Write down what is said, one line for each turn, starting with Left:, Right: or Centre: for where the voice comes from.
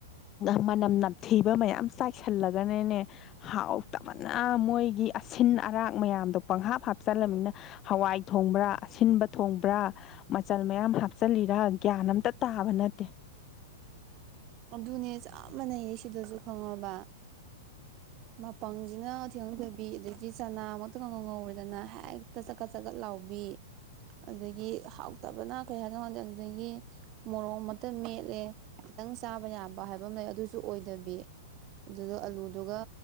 Left: ꯃꯅꯝ ꯅꯝꯊꯤꯕ ꯃꯌꯥꯝ ꯆꯥꯏꯁꯤꯜꯂꯒꯅꯅꯦ ꯍꯥꯎꯇꯕꯅ ꯃꯣꯏꯒꯤ ꯑꯁꯤꯟ ꯑꯔꯥꯛ ꯃꯌꯥꯝꯗꯣ ꯄꯪꯍꯥꯞ ꯍꯥꯞꯆꯜꯂꯝꯅꯤꯅ ꯍꯋꯥꯏ ꯊꯣꯡꯕ꯭ꯔꯥ ꯑꯁꯤꯟꯕ ꯊꯣꯡꯕ꯭ꯔꯥ ꯃꯆꯜ ꯃꯌꯥꯝ ꯍꯥꯞꯆꯜꯂꯤꯔ ꯒ꯭ꯌꯥꯟ ꯑꯝꯇ ꯇꯥꯕ ꯅꯠꯇꯦ
Right: ꯑꯗꯨꯅꯦ ꯆꯞ ꯃꯥꯅꯩꯌꯦ ꯁꯤꯗꯖꯨ ꯈꯪꯉꯕ ꯃꯄꯪꯖꯤꯅ ꯊꯤꯈꯪꯗꯕꯤ ꯑꯗꯒꯤ ꯆꯅꯥꯃꯛꯇ ꯀꯥꯉꯧ ꯉꯧꯔꯦꯗꯅ ꯍꯦꯛꯇ ꯆꯀꯠ ꯆꯀꯠ ꯂꯥꯎꯕꯤ ꯑꯗꯨꯗꯒꯤ ꯍꯥꯎꯇꯕꯅ ꯀꯩ ꯍꯥꯏꯅꯣ ꯈꯪꯗꯦ ꯑꯗꯨꯗꯒꯤ ꯃꯣꯔꯣꯛ ꯃꯠꯇ ꯃꯦꯠꯂꯦ ꯈꯤꯇꯪ ꯆꯥꯕ ꯌꯥꯕ ꯍꯥꯏꯕ ꯑꯝ ꯂꯩ ꯑꯗꯨꯖꯨ ꯑꯣꯏꯗꯕꯤ ꯑꯗꯨꯗꯣ ꯑꯜꯂꯨ ꯀ